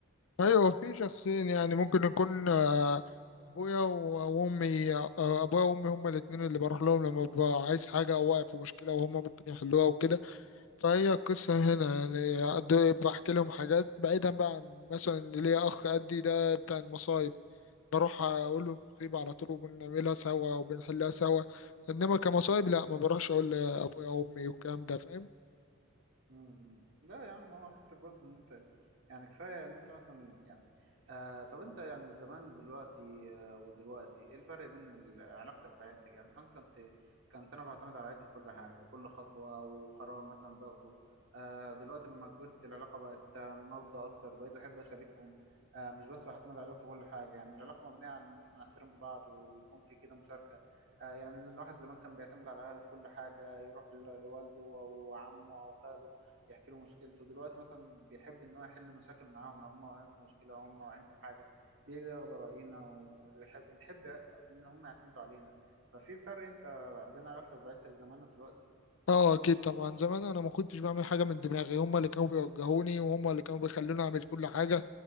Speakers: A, on the left; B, on the right.
A: ايوه في شخصين يعني ممكن يكون آه، ابويا و- وامي آه، ابويا وامي هما الاثنين اللي بروح لهم لما ببقى عايز حاجه او واقف في مشكله وهما ممكن يحلوها وكده فهي القصه هنا يعني قد- بحكي لهم حاجات بعيدا بقى عن مثلا اللي ليا اخ قدي ده بتاع المصايب بروح اقول له المصيبه على طول وبنعملها سوا وبنحلها سوا انما كمصايب لا ما بروحش اقول لابويا وامي والكلام ده فاهم
B: امم لا يا عم هو حتى برضه ان انت يعني كفايه ان انت مثلا يعني آه طب انت يعني زمان دلوقتي آه ودلوقتي ايه الفرق بين ال- علاقتك بعيلتك يعني زمان كنت كنت انا بعتمد على عيلتي في كل حاجه كل خطوه او قرار مثلا باخده آه دلوقتي لما كبرت العلاقه بقت آه، ناضجه اكتر بقيت بحب اشاركهم آه مش بس بعتمد عليهم في كل حاجه يعني العلاقه مبنيه على ان احنا نحترم بعض ويكون في كده مشاركه آه يعني الواحد زمان كان بيعتمد على اهله في كل حاجه يروح ل- لوالده او عمه او خاله يحكي له مشكلته دلوقتي مثلا بيحب ان هو يحل مشاكل معاهم لو هم واقعين في مشكله او هم واقعين في حاجه بيجي ياخد راينا و- ويحب ونحب ان هم يعتمدوا علينا ففي فرق انت بين علاقتك بعيلتك زمان ودلوقتي
A: اه اكيد طبعا زمان انا ما كنتش بعمل حاجه من دماغي هما اللي كانوا بيوجهوني وهما اللي كانوا بيخلوني اعمل كل حاجه